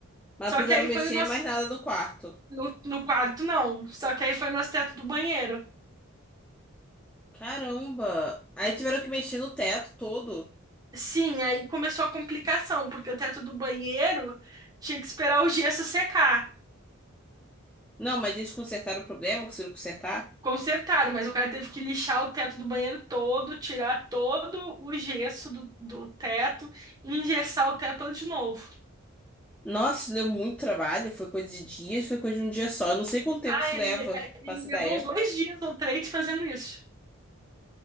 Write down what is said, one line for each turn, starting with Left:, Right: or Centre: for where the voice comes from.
Centre: Mas
Right: Só
Centre: não precisaram
Right: que aí
Centre: mexer
Right: foi o nosso.
Centre: em mais nada no quarto.
Right: No, no quarto, não. Só que aí foi o nosso teto do banheiro.
Centre: Caramba. Aí tiveram que mexer no teto todo.
Right: Sim, aí começou a complicação, porque o teto do banheiro tinha que esperar o gesso secar.
Centre: Não, mas eles consertaram o problema, conseguiram consertar?
Right: Consertaram, mas o cara teve que lixar o teto do banheiro todo, tirar todo o gesso do, do teto e engessar o teto todo de novo.
Centre: Nossa, deu muito trabalho, foi coisa de dias, foi coisa de um dia só. Eu não sei quanto tempo
Right: Ah,
Centre: isso
Right: ele,
Centre: leva,
Right: é, ele
Centre: faço ideia.
Right: levou uns dois dias ou três fazendo isso.